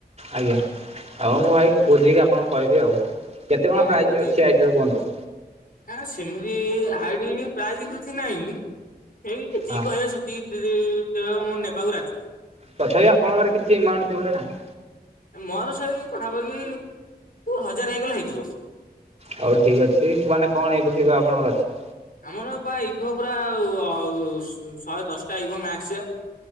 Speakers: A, on the right; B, on the left.
A: ଆଜ୍ଞା ଆଉ ମୁଁ ଭାଇ ବୁଝିକି ଆପଣଙ୍କୁ କହିବି ଆଉ କେତେ କଣ
B: ଆ ହଉ
A: ପ୍ରାଇଜି
B: ବୁଝିକି
A: ଅଛି
B: କହିବି।
A: ଆଇଡିର କୁହନ୍ତୁ?
B: ଆ ସେମିତି ଆଇଡି ପ୍ରାଇଜି କିଛି ନାହିଁ ହେଇଟି ଯେତିକି
A: ହଁ
B: କହିବା ସେ <inaudible> ଦେବାକୁ ନେବାକୁ ରାଜି।
A: ତଥାପି ଆପଣଙ୍କର କିଛି ଏମାଉଣ୍ଟ ଥିବ ନା ନାଇଁ।
B: ମୋର ସେଇ ପାଖାପାଖି ହଜାର ହେଇଗଲେ ହେଇଯିବ।
A: ହଉ ଠିକ୍ ଅଛି ମାନେ କଣ ଏ ବହିିବା ଆପଣଙ୍କର ଅଛି।
B: ଆମର ପା ଇଭୋ ପୁରା ଅ ଶହେ ଦଶଟା ଇଭୋ ମ୍ୟାକ୍ସ୍।